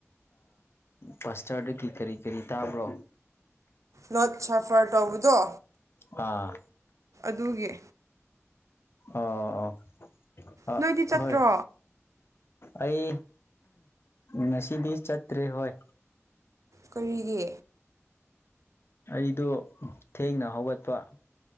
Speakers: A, on the left; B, on the right.
A: ꯀꯁꯇꯔꯗꯒꯤ ꯀꯔꯤ ꯀꯔꯤ ꯇꯥꯕ꯭ꯔꯣ
B: ꯅꯣꯠ ꯁꯥꯐꯔ ꯇꯧꯕꯗꯣ
A: ꯑꯥ
B: ꯑꯗꯨꯒꯤ
A: ꯑꯣ ꯑ
B: ꯅꯣꯏꯗꯤ ꯆꯠꯇ꯭ꯔꯣ
A: ꯍꯣꯏ ꯑꯩ ꯉꯁꯤꯗꯤ ꯆꯠꯇ꯭ꯔꯦ ꯍꯣꯏ
B: ꯀꯔꯤꯒꯤ
A: ꯑꯩꯗꯣ ꯊꯦꯡꯅ ꯍꯧꯒꯠꯄ